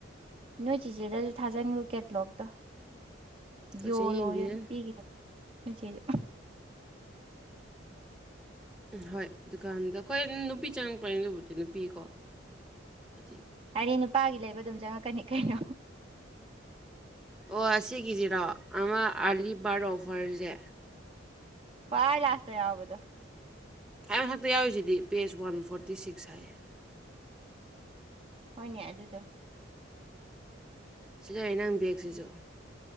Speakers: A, on the right; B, in the centre.
A: ꯅꯣꯏ ꯆꯦꯆꯦꯗꯁꯨ ꯊꯥꯖꯟꯒꯣ ꯀꯦꯠꯂꯣꯛꯇꯣ
B: ꯑꯩꯈꯣꯏ
A: ꯌꯣꯜꯂꯣ
B: ꯆꯦꯅ ꯌꯦꯡꯕꯤꯔꯅꯤ
A: ꯌꫭ ꯅꯨꯄꯤꯒꯤꯗꯣ ꯅꯣꯏꯆꯦꯖꯨ
B: ꯎꯝ ꯍꯣꯏ ꯗꯨꯀꯥꯟꯗ ꯑꯩꯈꯣꯏ ꯅꯨꯄꯤ ꯆꯪꯉꯛꯄꯅꯤ ꯂꯕꯨꯗꯤ ꯅꯨꯄꯤꯀꯣ ꯍꯥꯏꯗꯤ
A: ꯍꯥꯏꯗꯤ ꯅꯨꯄꯥꯒꯤ ꯂꯩꯕ ꯑꯗꯨꯝ ꯆꯪꯉꯛꯀꯅꯤ ꯀꯩꯅꯣ
B: ꯑꯣ ꯑꯁꯤ ꯒꯤꯖꯤꯔꯣ ꯑꯃ ꯑꯥꯔꯂꯤ ꯕꯥꯔꯠ ꯑꯣꯐꯔꯖꯦ
A: ꯈꯋꯥꯏ ꯂꯥꯁꯇ ꯌꯥꯎꯕꯗꯣ
B: ꯈꯥꯋꯥꯏ ꯃꯊꯛꯇ ꯌꯥꯎꯔꯤꯁꯤꯗꯤ ꯕꯦꯖ ꯋꯥꯟ ꯐꯣꯔꯇꯤ ꯁꯤꯛꯁ ꯍꯥꯏꯌꯦ
A: ꯍꯣꯏꯅꯦ ꯑꯗꯨꯗꯣ
B: ꯁꯤ ꯂꯩꯔꯦ ꯅꯪ ꯕꯦꯒꯁꯤꯁꯨ